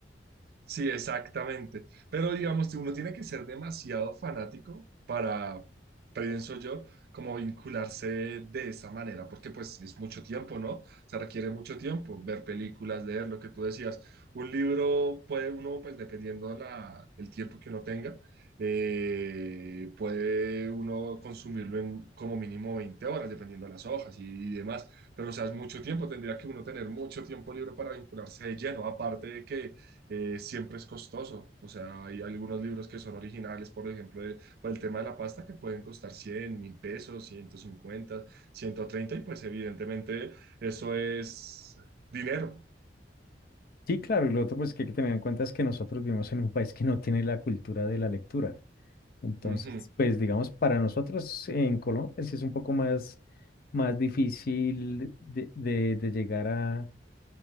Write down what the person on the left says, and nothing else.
Sí, claro, y lo otro pues que hay que tener en cuenta es que nosotros vivimos en un país que no tiene la cultura de la lectura. Entonces,
pues digamos, para nosotros en Colombia sí es un poco más, más difícil de, de de llegar a